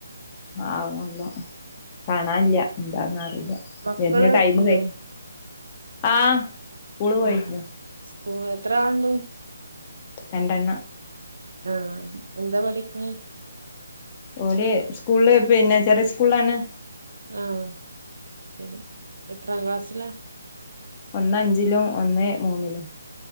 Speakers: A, on the left; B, on the right.
A: ആവുന്നുള്ളൂ കാണില്ല എന്താന്ന് അറിയില്ല
B: മക്കള്
A: വരുന്ന ടൈമും
B: ഇല്ലേ
A: കഴി ആഹ് സ്കൂള് പോയിക്കണു
B: ആഹ് <unintelligible> എത്ര ആളുണ്ട്
A: രണ്ടെണ്ണം
B: ആഹ് എന്താ പഠിക്കണ്
A: ഓല് സ്കൂള്ൽ പിന്നെ ചെറിയ സ്കൂള്ലാണ്
B: ആഹ് ശെരി എത്രാം ക്ലാസ്സിലാ
A: ഒന്ന് അഞ്ചിലും ഒന്ന് മൂന്നിലും